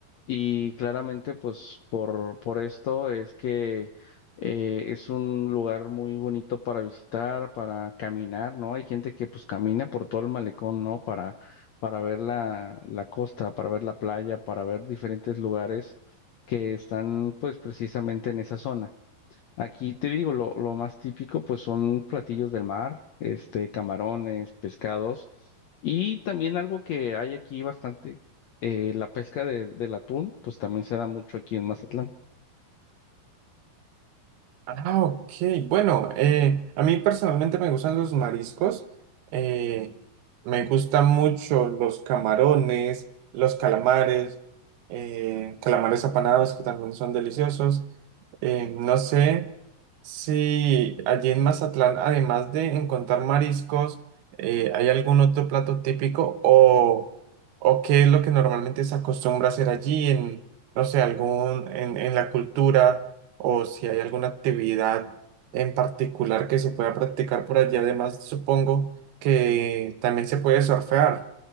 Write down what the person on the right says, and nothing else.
Ah, ok. Bueno, eh, a mí personalmente me gustan los mariscos. eh, me gustan mucho los camarones, los calamares, eh, calamares apanados que también son deliciosos. Eh, no sé si allí en Mazatlán, además de encontrar mariscos, eh, hay algún otro plato típico o, o qué es lo que normalmente se acostumbra a hacer allí en, no sé, algún, en, en la cultura o si hay alguna actividad en particular que se pueda practicar por allí. Además, supongo que también se puede surfear.